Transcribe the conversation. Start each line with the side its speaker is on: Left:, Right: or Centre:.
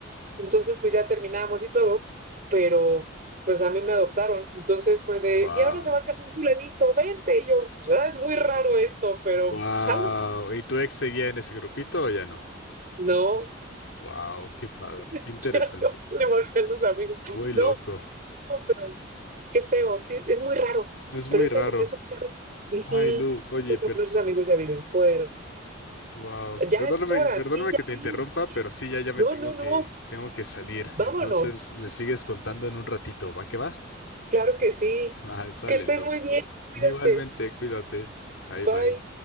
Right: Entonces, pues ya terminamos y todo, pero pues a mí me adoptaron. Entonces fue de,
Left: Wow.
Right: y ahora se va a casar fulanito, vente. Y yo, "Ah, es muy raro esto, pero
Left: Wow.
Right: jalo.
Left: ¿Y tu ex seguía en ese grupito o ya no?
Right: No,
Left: Wow, qué padre,
Right: <laughs>
Left: qué interesante.
Right: ya no, le bajan los amigos.
Left: Muy loco.
Right: No, pero qué feo, sí, es muy raro.
Left: Es
Right: Pero
Left: muy
Right: eso,
Left: raro.
Right: o sea, esos casos, ujú,
Left: Ay, Lu, oye,
Right: por ejemplo,
Left: pero
Right: esos amigos ya viven fuera.
Left: wow.
Right: Ya
Left: Perdóname,
Right: es hora,
Left: perdóname
Right: sí, ya
Left: que te interrumpa,
Right: vi.
Left: pero sí, ya, ya
Right: No,
Left: me tengo
Right: no, no,
Left: que, tengo que salir.
Right: vámonos.
Left: Entonces, me sigues contando en un ratito, ¿va que va?
Right: Claro que sí.
Left: <laughs> Ay, sale,
Right: Que estés
Left: Lu.
Right: muy bien, cuídate.
Left: Igualmente, cuídate. Bye,
Right: Bye.
Left: bye.